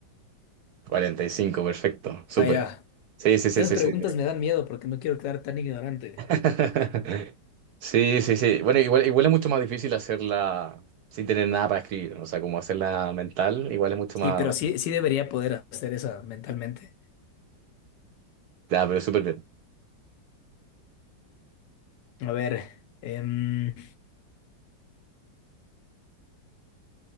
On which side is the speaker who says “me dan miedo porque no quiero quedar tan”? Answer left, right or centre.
Left